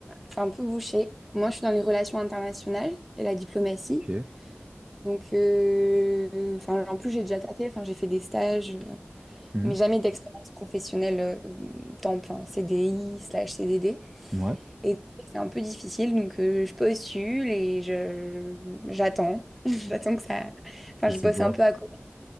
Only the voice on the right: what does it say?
Ok.
Mhm.
Ouais,
essaie
de voir.